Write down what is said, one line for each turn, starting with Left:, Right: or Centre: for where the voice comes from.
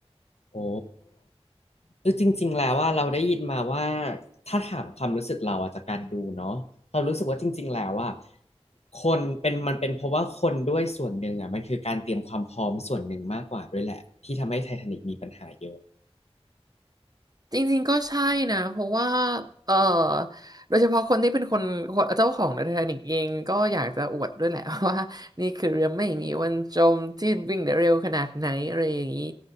Left: โอ้คือจริงๆแล้วว่าเราได้ยินมาว่าถ้าถามความรู้สึกเราอะจากการดูเนาะเรารู้สึกว่าจริงๆแล้วว่าคนเป็นมันเป็นเพราะว่าคนด้วยส่วนหนึ่งอ่ะมันคือการเตรียมความพร้อมส่วนหนึ่งมากกว่าด้วยแหละที่ทำให้ไททานิกมีปัญหาเยอะ
Right: จริงๆก็ใช่นะเพราะว่าเอ่อโดยเฉพาะคนที่เป็นคนคนเจ้าของไททานิกเองก็อยากจะอวดด้วยแหละ <laughs> ว่านี่คือเรือไม่มีวันจมที่วิ่งได้เร็วขนาดไหนอะไรอย่างนี้